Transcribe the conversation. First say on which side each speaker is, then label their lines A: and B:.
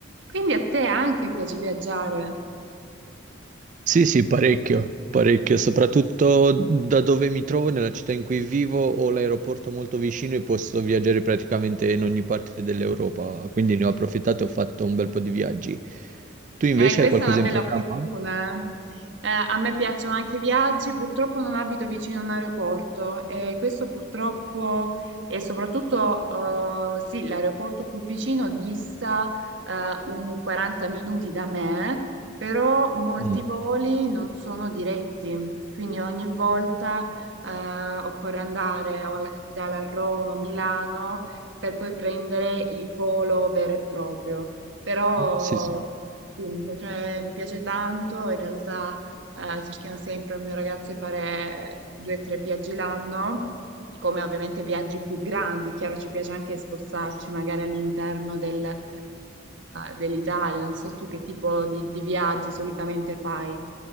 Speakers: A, on the right (about 70°); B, on the right (about 40°).
A: Quindi a te anche piace viaggiare?
B: Sì, sì, parecchio, parecchio, soprattutto da dove mi trovo, nella città in cui vivo, ho l'aeroporto molto vicino e posso viaggiare praticamente in ogni parte dell'Europa, quindi ne ho approfittato e ho fatto un bel po' di viaggi. Tu invece
A: Eh, questa
B: hai qualcosa
A: è una bella
B: in programma?
A: fortuna. eh. Eh, a me piacciono anche i viaggi, purtroppo non abito vicino a un aeroporto e questo purtroppo e soprattutto eh, sì, l'aeroporto più vicino dista eh, un 40 minuti da me, però molti
B: Mm.
A: voli non sono diretti, quindi ogni volta eh, occorre andare o alla capitale a Roma, a Milano, per poi prendere il volo vero e proprio. Però
B: Sì, sì.
A: sì, mi piace, mi piace tanto, in realtà eh, cerchiamo sempre il mio ragazzo di fare due o tre viaggi l'anno, come ovviamente viaggi più grandi, chiaro ci piace anche spostarci magari all'interno del, eh, dell'Italia, non so tu che tipo di, di viaggi solitamente fai.